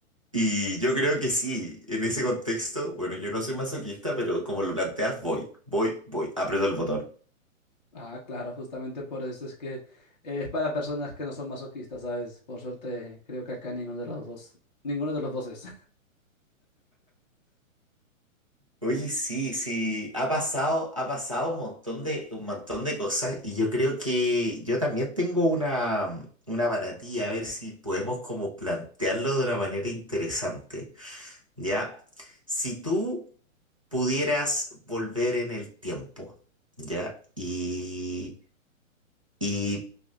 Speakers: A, on the right; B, on the left.
A: Y yo creo que sí, en ese contexto, bueno, yo no soy masoquista, pero como lo planteas, voy, voy, voy, aprieto el botón.
B: Ah, claro, justamente por eso es que eh, es para personas que no son masoquistas, ¿sabes? Por suerte, creo que acá ninguno de los dos, ninguno de los dos es.
A: Oye, sí, sí, ha pasado, ha pasado un montón de, un montón de cosas y yo creo que yo también tengo una, una para ti, a ver si podemos como plantearlo de una manera interesante, ¿ya? Si tú pudieras volver en el tiempo, ¿ya? Y, y